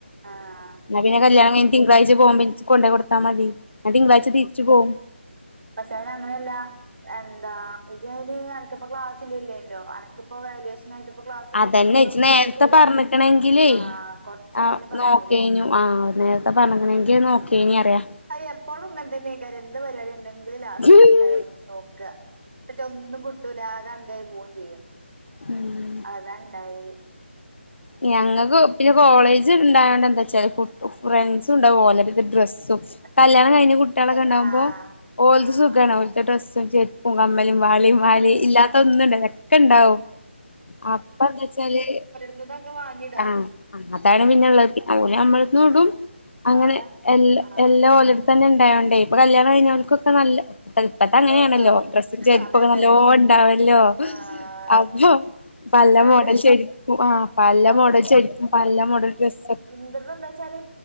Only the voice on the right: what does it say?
ആഹ്
പഷേ അയ്ന് അങ്ങനെല്ല എന്താ ഇജയിന് അനക്കിപ്പോ ക്ലാസ്ല്ലല്ലേല്ലോ അനക്കിപ്പോ വാല്യൂഷൻ ആയിട്ട് ഇപ്പോ ക്ലാസ്സില്ലേന്നല്ലോ
ഒരു ദിവസായിട്ട്
ആഹ് കൊറച്ച്
മുന്നേ പറയാണെങ്കിലേ
അത് എപ്പോളും ഇങ്ങനെ തന്നെക്കാരം എന്ത് പരിപാടിണ്ട് ങ്കിലും ലാസ്റ്റ്ക്
ആയിക്കാരം കുറിച്ച് നോക്ക എന്നിട്ടോന്നും കിട്ടൂല ആകെ അൻ്റേത് പോവും ചെയ്യും
അതാണ്ടാവല്
അസുഖണ്ടാ
കഴിഞ്ഞ
ആഹ്
ആഹ്
ആണേ
ഇതെക്കെ വാങ്ങി
ആഹ് അതാ
ആഹ്
ആഹ്
നല്ലോണ്ടാവും
അതെ അതെ
ആഹ്
സുഖാണ്
ആ
ഇന്റെതെന്താ വെച്ചാല്